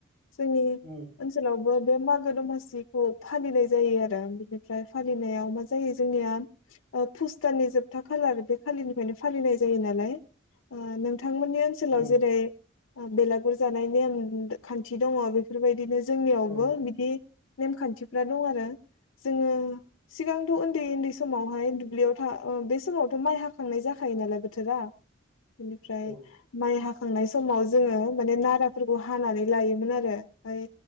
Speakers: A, on the left; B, on the right.
A: जोंनि
B: उम
A: ओनसोलावबो बे मागो दमासिखौ फालिनाय जायो आरो बेनिफ्राय फालिनायाव मा जायो जोंनिया पुष दाननि जोबथा खालार बे खालिनिफ्रायनो फालिनाय जायो नालाय। ओ नोंथांमोननि ओनसोलाव
B: उम
A: जेरै बेलागुर जानाय नेम खान्थि दङ बेफोरबायदि बिदिनो जोंनियावबो
B: औ
A: बिदि नेम खान्थिफ्रा दं आरो जोङो सिगां थ' उन्दै उन्दै समावहाय दुब्लियाव थ बे समावथ' माइ हाखांनाय जाखायो नालाय बोथोरा बेनिफ्राय
B: औ
A: माइ हाखांनाय समाव जोङो माने नारा फोरखौ हानानै लायोमोन आरो ओमफ्राय